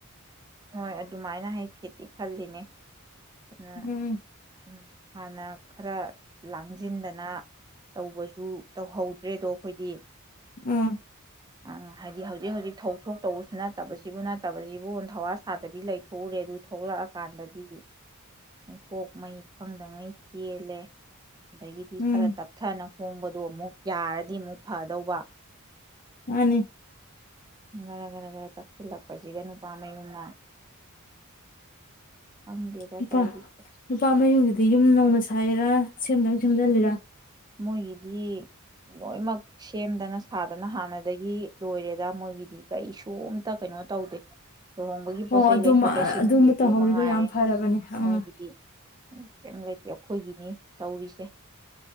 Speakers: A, on the right; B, on the left.
A: ꯍꯣꯏ ꯑꯗꯨꯃꯥꯏꯅ ꯍꯥꯏ ꯐꯦꯗꯤꯤ ꯈꯜꯂꯤꯅꯦ ꯑ
B: ꯎꯝ
A: ꯎꯝ ꯍꯅ ꯈꯔ ꯂꯥꯡꯁꯤꯟꯗꯅ ꯇꯧꯕꯁꯨ ꯇꯧꯍꯧꯗ꯭ꯔꯦ ꯑꯗꯣ ꯑꯩꯈꯣꯏꯗꯤ
B: ꯎꯝ
A: ꯑ ꯍꯥꯏꯗꯤ ꯍꯧꯖꯤꯛ ꯍꯧꯖꯤꯛ ꯊꯣꯛꯧ ꯊꯣꯛ ꯇꯧꯕꯁꯨ ꯅꯠꯇꯦ ꯇꯥꯁꯤ ꯁꯤꯕꯨꯅ ꯐꯠꯇꯕꯁꯤꯕꯨ ꯊꯋꯥ ꯁꯥꯗꯕꯤ ꯂꯩꯊꯣꯛꯎꯔꯦ ꯑꯗꯨ ꯊꯣꯛꯂꯛꯑꯀꯥꯟꯗꯗꯤ ꯀꯣꯛ ꯃꯩ ꯈꯪꯗꯉꯩ ꯆꯦꯜꯂꯦ ꯑꯗꯒꯤꯗꯤ
B: ꯎꯝ
A: ꯈꯔ ꯇꯞꯊꯅꯣ ꯍꯣꯡꯕꯗꯣ ꯑꯃꯨꯛ ꯌꯥꯔꯗꯤ ꯑꯃꯨꯛ ꯐꯗꯧꯕ
B: ꯑꯅꯤ
A: ꯔ ꯈꯔ ꯈꯔ ꯇꯛꯁꯤꯜꯂꯛꯄꯁꯤꯗ ꯅꯨꯄꯥ ꯃꯌꯨꯝꯅ ꯈꯪꯗꯦꯗ
B: ꯅꯨꯄꯥ
A: ꯇꯧꯔꯤꯁꯦ
B: ꯅꯨꯄꯥ ꯃꯌꯨꯝꯁꯤꯗꯤ ꯌꯨꯝ ꯅꯧꯅ <unintelligible> ꯊꯥꯏꯔꯥ ꯁꯦꯝꯗꯡ ꯁꯦꯝꯖꯜꯂꯤꯔ꯫
A: ꯃꯣꯏꯒꯤꯗꯤ ꯗꯤ ꯂꯣꯏꯃꯛ ꯁꯦꯝꯗꯅ ꯊꯥꯗꯅ ꯍꯥꯟꯅꯗꯒꯤ ꯂꯣꯏꯔꯦꯗ ꯃꯣꯏꯒꯤꯗꯤ ꯀꯩꯁꯨ ꯑ ꯑꯃꯇ ꯀꯩꯅꯣ ꯇꯧꯗꯦ ꯂꯨꯍꯣꯡꯕꯒꯤ
B: ꯍꯣ
A: ꯄꯣꯠꯆꯩ
B: ꯑꯗꯨꯝ
A: ꯂꯩꯊꯣꯛ ꯂꯩꯁꯤꯟꯕꯤ
B: ꯑꯗꯨꯃ
A: ꯑꯗꯨ
B: ꯇꯧꯍꯧꯔꯤꯗꯣ
A: ꯃꯉꯥꯏꯔꯦ
B: ꯌꯥꯝ ꯐꯔꯕꯅꯦ ꯑꯥ
A: ꯃꯣꯏꯒꯤꯗꯤ ꯀꯔꯤꯝ ꯂꯩꯇꯦ ꯑꯩꯈꯣꯏꯒꯤꯅꯤ ꯇꯧꯔꯤꯁꯦ